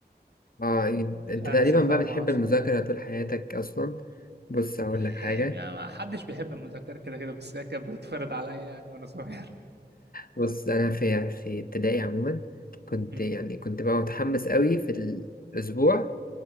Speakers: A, on the left; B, on the right.
A: اه انت
B: انزل
A: تقريبا
B: بقى
A: بقى بتحب
B: مع اصحابي
A: المذاكره طول حياتك اصلا بص اقول
B: إيه،
A: لك حاجه
B: يعني ما حدش بيحب المذاكره كده كده بس هي كانت بتتفرض عليا يعني وانا صغير
A: بص انا في في ابتدائي عموما
B: <laughs>
A: كنت
B: أمم،
A: يعني كنت بقى متحمس قوي في الاسبوع